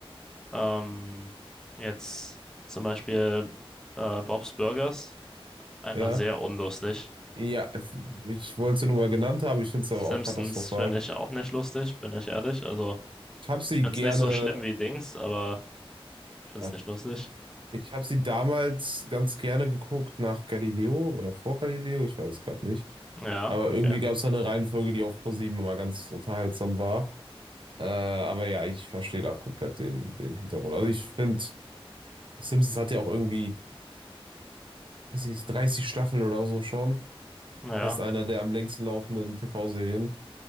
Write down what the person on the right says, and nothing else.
Ja,
ja, ich wollte sie nur mal genannt haben. Ich finde es
aber auch katastrophal.
Ich habe sie
gerne.
äh,
Ich habe sie damals ganz gerne geguckt nach Galileo oder vor Galileo, ich weiß es gerade nicht.
Aber
irgendwie gab es da eine Reihenfolge, die auf ProSieben immer ganz unterhaltsam war. Äh, aber ja, ich verstehe da komplett den, den Hintergrund. Also ich finde, Simpsons hat ja auch irgendwie, weiß ich nicht, 30 Staffeln oder so schon.
Ist einer der am längsten laufenden TV-Serien.